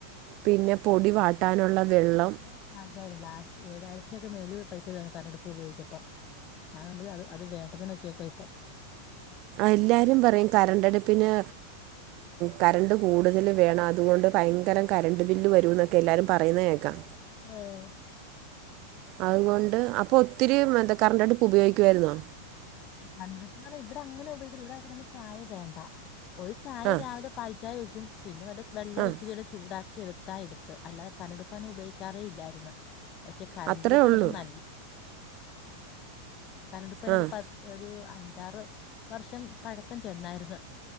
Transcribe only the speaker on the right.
പിന്നെ പൊടി വാട്ടാനുള്ള വെള്ളം
എല്ലാരും പറയും കരണ്ടടുപ്പിന് കറണ്ട് കൂടുതല വേണം അതുകൊണ്ട് ഭയങ്കര കരണ്ട് ബില്ല് വരും എന്ന്. എല്ലരും പറയുന്നത് കേൾക്കാം
അതുകൊണ്ട് അപ്പൊ ഒത്തിരി എന്താ കറണ്ടടുപ്പ് ഉപയോഗിക്കുവായിരുന്നോ?
ആഹ്
ആഹ്
അത്രേ
ഉള്ളൂ
ആഹ്